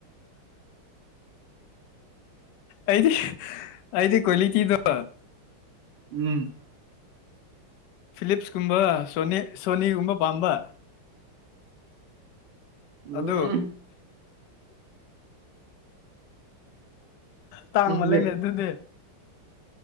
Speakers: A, on the left; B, on the right.
A: ꯑꯩꯗꯤ ꯑꯩꯗꯤ ꯀꯨꯂꯤꯛꯇꯗꯣ
B: ꯎꯝ
A: ꯐꯤꯂꯤꯞꯁꯀꯨꯝꯕ ꯁꯣꯅꯤ ꯁꯣꯅꯤꯒꯨꯝꯕ ꯄꯥꯝꯕ ꯑꯗꯨ
B: ꯎꯝ
A: ꯇꯥꯡꯃꯥꯜꯂꯦꯅꯦ
B: ꯃꯗꯨꯗꯤ
A: ꯑꯗꯨꯗꯤ